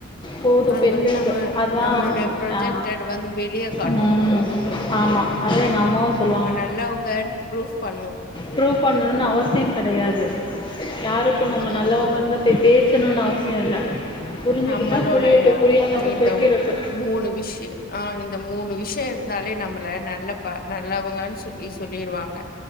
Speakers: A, on the left; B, on the left.
A: போதும்
B: அது
A: பெண்களுக்கு
B: வந்து நம்ம
A: அதான்
B: நம்மளோட ப்ரொஜெக்ட்டடுவந்து
A: ஆ
B: வெளியே காட்டும்
A: ம் ஆமா அதா எங்க அம்மாவு சொல்லுவாங்க
B: நல்லவங்கன்னு ப்ரூஃப் பண்ணுவோ
A: ப்ரூப் பண்ணனு அவசியோ கெடையாது யாருக்கு நம்ம
B: ம்
A: நல்லவங்கனு பே பேசணும்னு அவசியம் இல்ல புரிஞ்சுக்கிட்டா
B: நம்மளோடைய
A: புரியட்டு புரியாதங்க
B: நா இந்த
A: போய்கிரட்டும்இருக்கு
B: மூணு விஷயம் ஆ இந்த மூணு விஷயம் இருந்தாலே நம்மள நல்ல பா நல்லவங்கு சொல்லி சொல்லிருவாங்க